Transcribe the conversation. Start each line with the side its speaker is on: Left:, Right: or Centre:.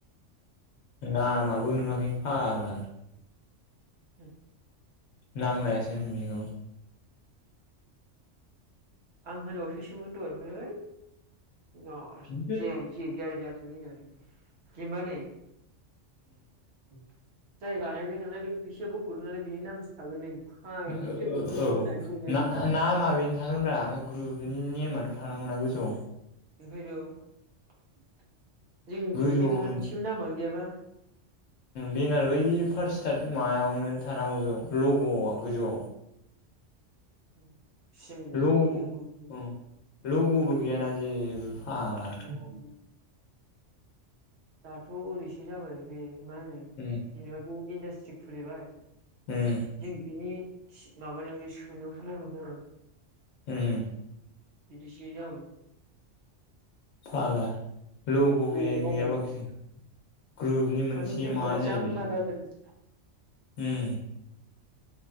Left: लामाबो नुवाखै फाग्ला
Right: <inaudible>
Left: नांलायासै <unintelligible> बेखौ
Right: आं होनो असेसोन <unintelligible> दहाय ओमफ्राय औ
Left: उम
Right: ज <unintelligible> ज <unintelligible> ज <unintelligible> ज <unintelligible> न जानि <unintelligible> कबानिै <unintelligible> जाय बानायदों नालाय बि फैसाया बख'दों नालाय बेनि नामसो थागोन नै फ फैसायाो
Left: ओ
Right: गसै
Left: ओ
Right: होननानै
Left: औ
Right: बुंनो नागिरदोंमोन
Left: ना
Right: आं
Left: नामा बेनो थागोनब्रा ओमफ्राय ग्रुपनि नेमाथ' थानांगौना गोजौयाव
Right: ओंखायथ' जोंनि
Left: गोजौआव
Right: ग्रुपनि मोनसेबो
Left: मोन
Right: नामयानो गैयाबा।
Left: बेनार बै फार्स्ट स्टार्टि मायावनो थानांगौ गो <unintelligible> लग'आव गोजौआव
Right: औ <inaudible> सिमलुरखौ
Left: ल'
Right: <unintelligible> गैया म <unintelligible>
Left: उम लग'बो गैयाना जेबो
Right: <inaudible>
Left: फाग्ला
Right: दाथ' ओरैसो जाबाय बे मा होनो
Left: उम
Right: जेनेबा इन्डासट्रि खुलिबाय
Left: उम
Right: जों बिनि माबानि सुनियाव
Left: ओम
Right: एदिसो जाबाय
Left: फ <unintelligible> लााय लग'
Right: ज'
Left: गैयाबाखि
Right: मावनो
Left: ग्रुपनि मोनसे
Right: माने जों
Left: माबा
Right: माने जाम्बा
Left: जाहैयोलै
Right: जाथारदों
Left: ओम